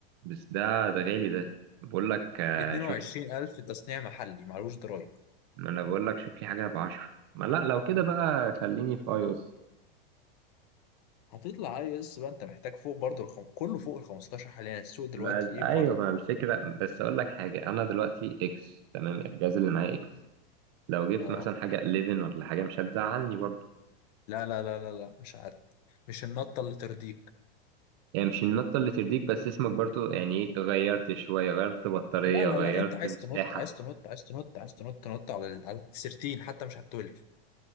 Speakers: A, on the right; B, on the left.
A: بس ده ده غالي ده بقول لك آه،
B: 22000
A: شوف لي
B: تصنيع محلي معلوش ضرايب
A: ما انا بقول لك شوف لي حاجه بعشرة ما لا لو كده بقى خليني في اي او اس
B: هتطلع اي اس بقى انت محتاج فوق برضه الخم... كله فوق ال 15 حاليا السوق دلوقتي
A: ما
B: ايه
A: ايوه
B: مولع
A: ما الفكره بس اقول لك حاجه انا دلوقتي اكس تمام الجهاز اللي معايا اكس لو جبت
B: اه
A: مثلا حاجه 11 ولا حاجه مش هتزعلني برضو
B: لا لا لا لا لا مش عارف مش النطه اللي ترضيك
A: يعني مش النطه اللي ترضيك بس اسمك برضو يعني إيه، غيرت شويه غيرت بطاريه
B: لا لا
A: غيرت
B: لا انت عايز
A: مساحه
B: تنط عايز تنط عايز تنط عايز تنط تنط على ال... على السرتين حتى مش على التولف